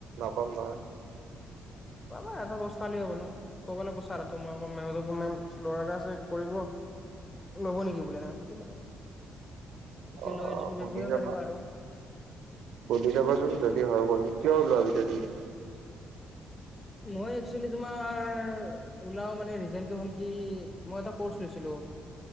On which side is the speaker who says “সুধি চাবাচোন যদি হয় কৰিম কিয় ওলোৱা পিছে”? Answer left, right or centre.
Right